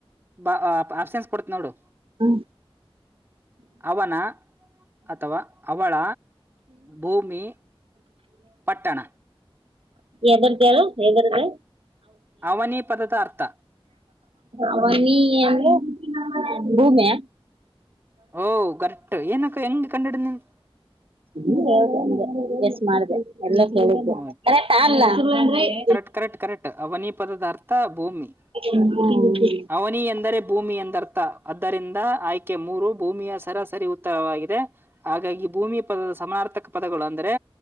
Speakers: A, on the right; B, on the right.
A: ಬ ಅಪ್ಸನ್ಸ್ ಕೊಡ್ತ ನೋಡು.
B: ಹ್ಮ.
A: ಅವನ ಅಥವಾ ಅವಳ ಭೂಮಿ ಪಟ್ಟಣ.
B: ಎದರ್ದ ಹೇಳು ಎದರದೇ.
A: ಅವನಿ ಪದದ ಅರ್ಥ.
B: ಅವನಿ ಅಂದ್ರೆ ಭೂಮ್ಯಾ.
A: ಓ ಕರೆಟ್ ಏನಕ್ಕ ಹೆಂಗ ಕಂಡಿಡ ನೀನ್
B: ಹ್ಮ ಗೆಸ್ ಮಾಡ್ದ ಎಲ್ಲ ಕೇಳಿದ್ದ
A: ನೀನ್
B: ಕರೆಕ್ಟ್ ಅಲ್ಲ <unintelligible> <unintelligible>
A: ಕರೆಕ್ಟ್ ಕರೆಕ್ಟ್ ಕರೆಕ್ಟ್ ಅವನಿ ಪದಾರ್ಥ ಭೂಮಿ
B: <unintelligible> ಹ ಹೌದು
A: ಧನಿ ಎಂದರೆ ಭೂಮಿ ಎಂದರ್ಥ ಆದ್ದರಿಂದ ಆಯ್ಕೆ ಮೂರು ಭೂಮಿಯ ಸರಾಸರಿ ಉತ್ತರವಾಗಿದೆ ಹಾಗಾಗಿ ಭೂಮಿ ಪದದ ಸಮನಾರ್ಥಕ ಪದಗಳು ಅಂದ್ರೆ